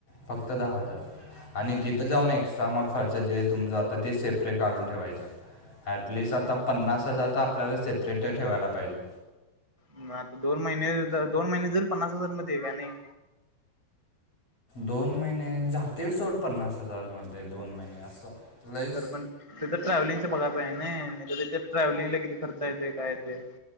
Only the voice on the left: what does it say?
फक्त दहा हजारं आणि तिथं जाऊन एक्स्ट्रा मग खर्च जे तुमचा आता ते सेपरेट काढून ठेवायचं. ॲटलिस्ट आता पन्नास हजार तर आपल्याला सेपरेट ठेवायला पाहिजे.
दोन महिने जातील सोड पन्नास हजार मध्ये दोन महिने असं. लईच